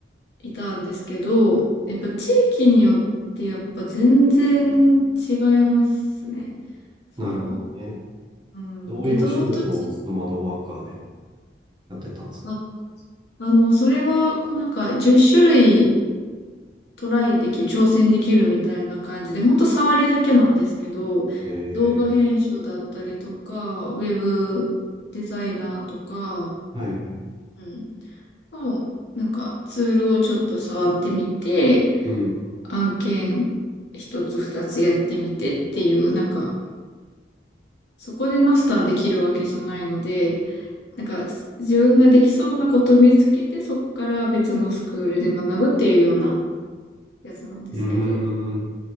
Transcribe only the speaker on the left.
いたんですけど、やっぱ地域によってやっぱ全然違いますね。その、
うん、
リゾート地、
あ、あの、それは、こうなんか10種類トライできる、挑戦できるみたいな感じで、ほんと触りだけなんですけど、
動画編集だったりとか、ウェブデザイナーとか、
うん、の、なんかツールをちょっと触ってみて、
案件一つ二つやってみてっていう、なんか、そこでマスターできるわけじゃないので、なんか自分ができそうなことを見つけて、そこから別のスクールで学ぶっていうようなやつなんですけど。